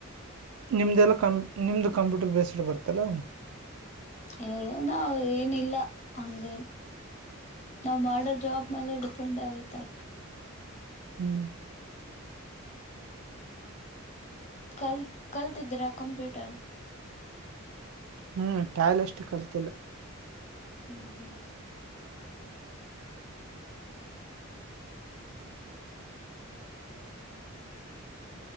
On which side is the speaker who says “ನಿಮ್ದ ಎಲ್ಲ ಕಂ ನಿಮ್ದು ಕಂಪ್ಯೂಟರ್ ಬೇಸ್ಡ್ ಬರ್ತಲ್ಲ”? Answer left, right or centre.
Right